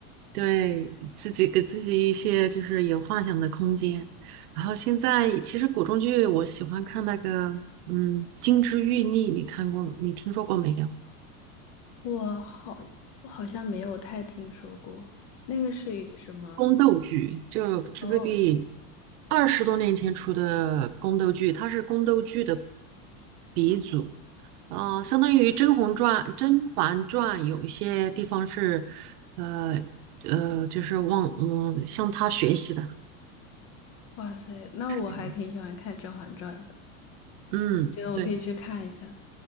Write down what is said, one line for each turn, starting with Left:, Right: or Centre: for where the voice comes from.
Right: 对自己给自己一些就是有幻想的空间。然后现在其实古装剧我喜欢看那个，嗯，《金枝欲孽》，你看过，你听说过没有？
Left: 我好，我好像没有太听说过，那个是以什么？
Right: 宫斗剧，就 TVB
Left: 哦，
Right: 二十多年前出的宫斗剧，它是宫斗剧的鼻祖。呃，相当于《甄嬛传》，《甄嬛传》有一些地方是，呃呃，就是往嗯向他学习的，
Left: 哇塞，那我还挺喜欢看《甄嬛传》的，
Right: 是这样。嗯，
Left: 觉得我可以去看一下。
Right: 对。